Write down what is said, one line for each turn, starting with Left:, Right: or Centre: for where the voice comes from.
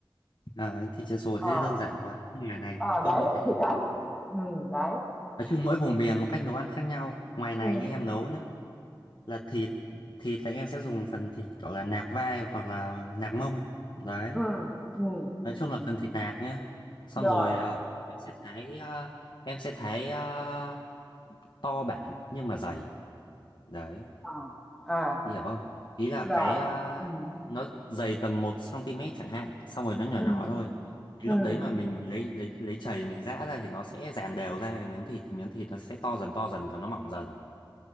Left: à, thịt chiên xù
Centre: Ờ
Left: thế đơn giản quá nhưng ngoài này
Centre: à,
Left: thì
Centre: à,
Left: không
Centre: đấy
Left: như thế
Centre: thì đấy. Ừ đấy.
Left: nói chung mỗi vùng miền một cách nấu ăn khác nhau ngoài này
Centre: Ừ
Left: như em nấu nhá là thịt thịt là em sẽ dùng phần thịt gọi là nạc vai hoặc là nạc mông đấy
Centre: ừ ừ
Left: nói chung là phần thịt nạc nhá xong
Centre: rồi.
Left: rồi ờ, em sẽ thái ờ, em sẽ thái ờ, to bản nhưng mà dày đấy
Centre: À. à
Left: Chị hiểu không ý là
Centre: Rồi.
Left: cái ờ,
Centre: Ừm,
Left: nó dày tầm 1 cm chẳng hạn xong rồi nó nhỏ
Centre: ừm,
Left: nhỏ thôi Cái
Centre: ừm,
Left: lúc đấy mà mình lấy lấy lấy chày mình giã ra thì nó sẽ dàn đều ra cái miếng thịt thì miếng thịt nó sẽ to dần to dần và nó mọng dần